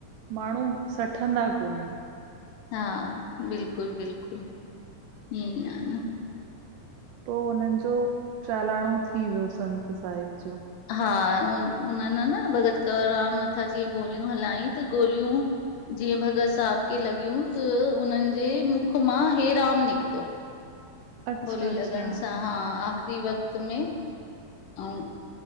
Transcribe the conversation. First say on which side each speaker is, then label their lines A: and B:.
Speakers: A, on the right (about 80°); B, on the left (about 75°).
A: माण्हू सठंदा कोननि।
B: हा बिल्कुलु, बिल्कुलु, ईअ आहे न।
A: पोइ हुननि जो, चालाणो थी वियो संत साहिब जो।
B: हा। उ उन्हनि न भॻत कंवरराम मथां जीअं गोलियूं हलाय त गोलियूं। जीअं भगति साहब खेे लॻियूं त उ्हनि जे मुख मां हेराम निकितो।
A: अच्छा
B: ॻोली
A: अच्छा
B: लॻण सां हा आख़िरी वक़्त में। ऐं।